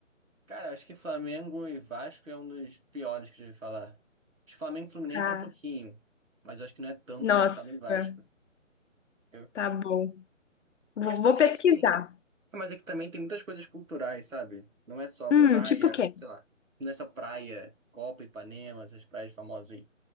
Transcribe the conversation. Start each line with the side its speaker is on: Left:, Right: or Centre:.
Right: Cara, acho que Flamengo e Vasco é um dos piores que eu já ouvi falar. Acho que Flamengo e Fluminense
Left: Tá.
Right: é um pouquinho, mas eu acho que não é tanto
Left: Nossa,
Right: que nem Flamengo e Vasco. Eu-
Left: tá bom. Vou,
Right: Mas também
Left: vou pesquisar.
Right: aqui, mas aqui também tem muitas coisas culturais, sabe? Não é só
Left: Hum,
Right: praia,
Left: tipo o quê?
Right: sei lá, não é só praia, Copa, Ipanema, essas praias famosas aí.